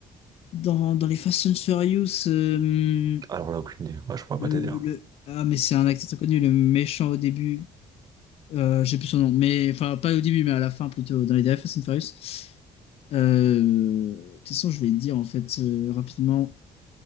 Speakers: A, on the left; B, on the right.
A: dans, dans les Fast and Furious, euh,
B: Alors là, aucune idée. Ouais, je pourrais
A: le,
B: pas t'aider là.
A: le- ah, mais c'est un acteur très connu, le méchant au début. Euh, je sais plus son nom, mais enfin, pas au début, mais à la fin plutôt, dans les derniers Fast and Furious. Euh, de toute façon, je vais dire en fait euh, rapidement.